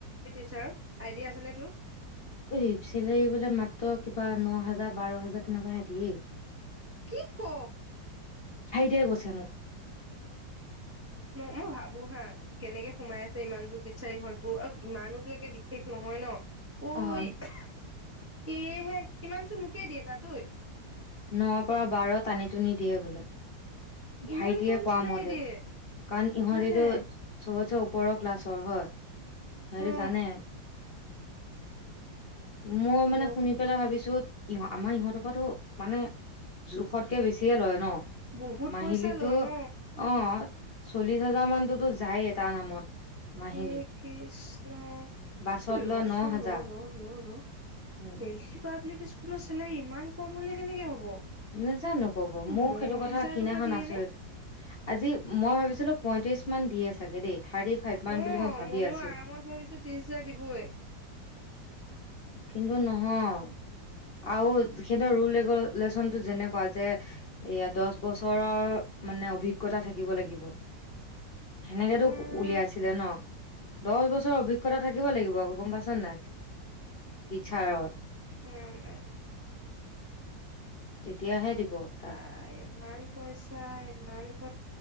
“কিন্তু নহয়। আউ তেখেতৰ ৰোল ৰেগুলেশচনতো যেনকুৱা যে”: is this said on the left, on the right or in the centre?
Left